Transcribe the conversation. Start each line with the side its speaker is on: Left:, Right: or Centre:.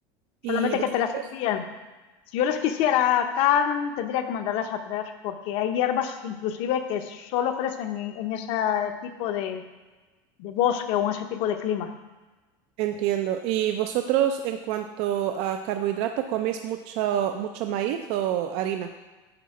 Right: ¿Y
Left: solamente
Right: vosotros?
Left: que te las envían. Si yo las quisiera acá, tendría que mandarlas a traer porque hay hierbas inclusive que solo crecen en, en ese tipo de, de bosque o en ese tipo de clima.
Right: Entiendo. ¿Y vosotros en cuanto a carbohidrato coméis mucho, mucho maíz o harina?